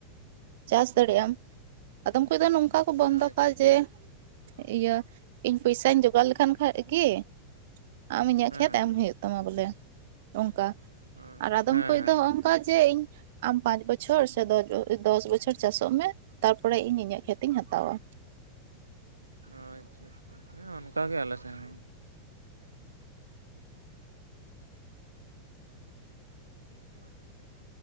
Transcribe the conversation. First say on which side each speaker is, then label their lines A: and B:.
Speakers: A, on the right; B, on the right.
A: ᱪᱟᱹᱥ ᱫᱟᱲᱮᱭᱟᱜ-ᱟᱢ᱾ ᱟᱫᱚ ᱚᱠᱚᱭ ᱫᱚ ᱱᱚᱝ ᱚᱠᱟ ᱠᱚ ᱵᱚᱱᱫᱚᱠᱼᱟ
B: ᱦᱮᱸ
A: ᱡᱮ, ᱤᱭᱟᱹ ᱤᱧ ᱯᱚᱭᱥᱟᱧ ᱡᱚᱜᱟᱲ ᱞᱮᱠᱷᱟᱱ ᱠᱷᱟᱡ ᱜᱮ ᱟᱢ ᱤᱧᱟᱹᱜ
B: ᱦᱮᱸ
A: ᱠᱷᱮᱛ ᱮᱢ ᱦᱳᱭᱳᱜ ᱛᱟᱢᱟ ᱵᱚᱞᱮ ᱚᱱᱠᱟ
B: ᱦᱮᱸ
A: ᱟᱨ ᱟᱫᱚᱢ ᱠᱚ
B: ᱦᱮᱸ
A: ᱫᱚ ᱚᱱᱠᱟ ᱡᱮ ᱤᱧ ᱟᱢ ᱯᱟᱸᱪ ᱵᱚᱪᱷᱚᱨ ᱥᱮ ᱫᱚᱥ ᱫᱚᱥ ᱵᱚᱪᱷᱚᱨ ᱪᱟᱥᱚᱜ ᱢᱮ ᱛᱟᱨᱯᱚᱨᱮ ᱤᱧ ᱤᱧᱟᱹᱜ ᱠᱷᱮᱛ ᱦᱟᱛᱟᱣᱟ᱾
B: ᱚ ᱟᱪᱪᱷᱟ ᱟᱪᱪᱷᱟ, ᱦᱮᱸ ᱚᱱᱠᱟ ᱜᱮ ᱟᱞᱮ ᱥᱮᱱ ᱦᱚᱸ᱾ <inaudible>